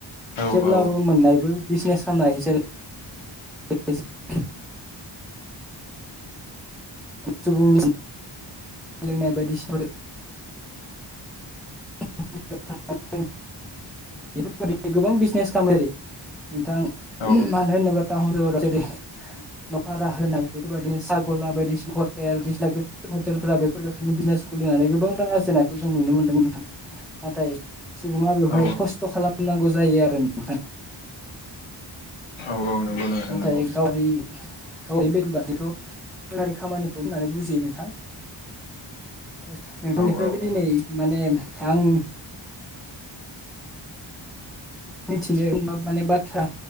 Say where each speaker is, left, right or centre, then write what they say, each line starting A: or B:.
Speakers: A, on the left; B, in the centre.
A: औ
B: जेब्लाबो
A: औ
B: मोननायबो बिजनेस खालामनो हायो जेरै बे <unintelligible> सुबुंनि <unintelligible> लोंनाय बायदिसफोर <unintelligible> बेफोरबायदि गोबां बिजनेस खालामो नोंथां
A: औ
B: मानो होनोबा टाउन सहर जेरै न' भारा होनाय बेफोरबायदि सागला बायदिसिना हटेल बिदिसिना गोगोम गोजोर हटेलफोरा बेफोरबायदि बिजनेस खुलिनानै गोबां रां आरजेननायखौ जों नुनो मोनदों नोंथां नाथाय सुबुङा बेवहाय
A: औ
B: खस्थ' खस्थ' खालामनांगौ जायो आरो नोंथां
A: औ- औ। नंगौ नोंथां
B: नाथाय
A: नंगौ
B: गावदि औ बेबादिथ' सोरखारि खामानिखौ होननानै बुजियो नोंथां <unintelligible> नोंथांनिफ्रायबो
A: औ औ
B: दिनै
A: औ
B: माने आं मिथिनो गोनां माने बाथ्रा